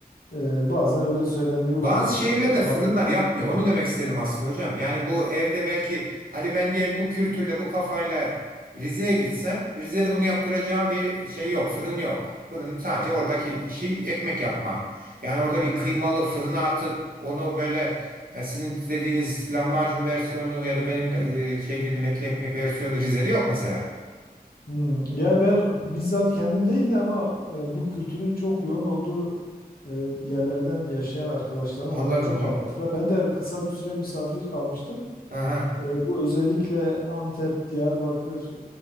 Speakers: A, on the left; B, on the right.
A: E, bazen öyle söylendiği oluyor
B: Bazı
A: işte.
B: şehirlerde
A: Bu tar-
B: fırınlar yapmıyor. Onu demek istedim aslında hocam. Yani bu evde belki hadi ben diyelim bu kültürle bu kafayla Rize'ye gitsem Rize'de bunu yaptıracağım bir şey yok. Fırın yok. Fırın sadece oradaki işi ekmek yapmak. Yani orada
A: Hmm.
B: bir kıymalı fırına atıp onu böyle ya sizin dediğiniz lahmacun versiyonu ya da benim e, şey dedim etli ekmek versiyonu Rize'de yok mesela.
A: Hmm, yani ben bizzat kendim değil de ama e, bu kültürün çok yoğun olduğu e, yerlerden yaşayan arkadaşlarım
B: Anladım
A: onlar çok
B: hocam.
A: anlatırlar. Ben de bir kısa bir süre misafir kalmıştım.
B: Aha.
A: E, bu özellikle Antep, Diyarbakır,